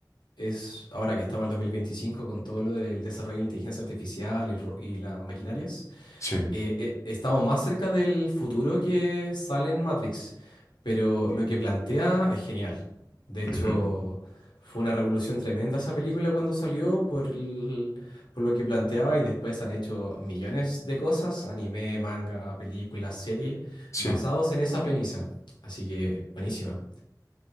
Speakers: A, on the left (about 80°); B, on the left (about 45°).
A: es ahora que estamos en el 2025 con todo lo del desarrollo de la inteligencia artificial y el ro- y las maquinarias
B: sí,
A: eh, eh, estamos más cerca del futuro que sale en Matrix, pero lo que plantea es genial. De hecho,
B: ujú,
A: fue una revolución tremenda esa película cuando salió por el- por lo que planteaba y después han hecho millones de cosas, anime, manga, películas, series,
B: sí.
A: basados en esa premisa. Así que buenísima.